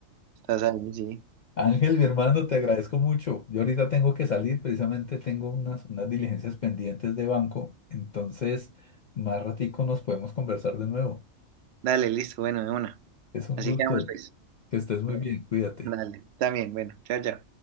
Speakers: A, on the right (about 60°); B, on the left (about 60°).
A: Estás ahí, sí.
B: Ángel, mi hermano, te agradezco mucho. Yo ahorita tengo que salir, precisamente tengo unas, unas diligencias pendientes de banco, entonces más ratico nos podemos conversar de nuevo.
A: Dale, listo, bueno, de una.
B: Es un
A: Así
B: gusto,
A: quedamos, pues.
B: que estés muy
A: Bueno,
B: bien, cuídate.
A: dale, también, bueno, chao, chao.